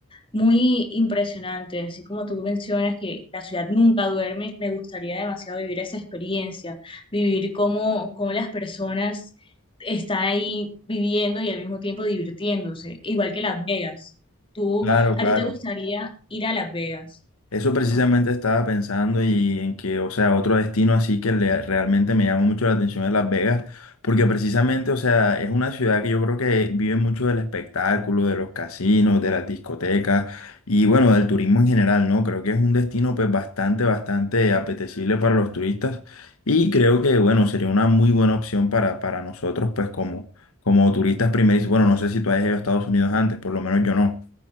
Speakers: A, on the left (about 25°); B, on the left (about 70°).
A: muy impresionante. Así como tú mencionas que la ciudad nunca duerme, me gustaría demasiado vivir esa experiencia vivir cómo, cómo las personas están ahí viviendo y al mismo tiempo divirtiéndose, igual que Las Vegas. ¿Tú,
B: Claro,
A: a
B: claro.
A: ti te gustaría ir a Las Vegas?
B: Eso precisamente estaba pensando y en que, o sea, otro destino así que le- realmente me llama mucho la atención es Las Vegas, porque precisamente, o sea, es una ciudad que yo creo que vive mucho del espectáculo, de los casinos, de las discotecas y bueno, del turismo en general, ¿no? Creo que es un destino pues bastante, bastante apetecible para los turistas y creo que, bueno, sería una muy buena opción para, para nosotros pues como, como turistas primerizos. Bueno, no sé si tú hayas ido a Estados Unidos antes, por lo menos yo no.